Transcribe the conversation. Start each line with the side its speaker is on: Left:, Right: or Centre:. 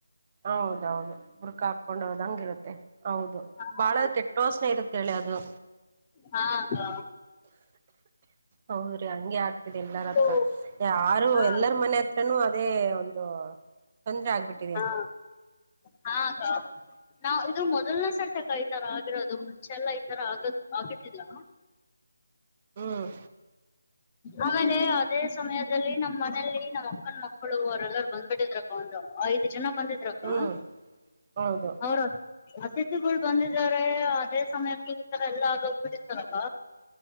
Right: ಹೌದೌದು ಬುರ್ಕ ಹಾಕೊಂಡ ಹೋದಂಗ ಇರುತ್ತೆ ಹೌದು
Left: ಹಾ
Right: ಬಾಳ ಕೆಟ್ಟ ವಾಸನೆ ಇರುತ್. ತಿಳ್ಯದು.
Left: ಹಾ ಕ್ಕಾ
Right: ಹೌದ್ರಿ ಹಂಗೆ ಆಗ್ತಿದೆ ಎಲ್ಲರ
Left: ಇದು
Right: ಹತ್ರ ಯಾರು
Left: ಹಾ
Right: ಎಲ್ಲರ ಮನೆ ಹತ್ ನು ಅದೇ ಒಂದು ತೊಂದ್ರೆ ಆಗ್ಬಿಟ್ಟಿದೆ.
Left: ಹಾ ಹಾ ಕ್ಕಾ ನಾ ಇದು ಮೊದಲ್ನೆ ಸರ್ತಿಕ್ಕ ಈ ತರ ಆಗಿರೋದು ಮುಂಚೆಲ್ಲ ಈ ತರ ಆಗ ಆಗಿತಿಲ್ಲ.
Right: ಹ್ಮ್
Left: ಆಮೇಲೆ ಅದೇ ಸಮಯದಲ್ಲಿ ನಮ್ಮ್ ಮನೇಲಿ ನಮ್ಮಕ್ಕನ್ ಮಕ್ಕಳು ಅವ್ರೆಲ್ಲರ ಬಂದ್ಬಿಟ್ಟಿದ್ರಕ್. ಒಂದು ಐದ ಜನ ಬಂದಿದ್ರಕ್ಕ
Right: ಹ್ಮ್ ಹೌದು
Left: <unintelligible> ಅತಿಥಿಗಳು ಬಂದಿದ್ದಾರೆ ಅದೇ ಸಮಯಕ್ಕೆ ಈ ತರ ಎಲ್ಲ ಆಗೋಗ್ ಬಿಡಿತ್ತಲಕ್ಕ.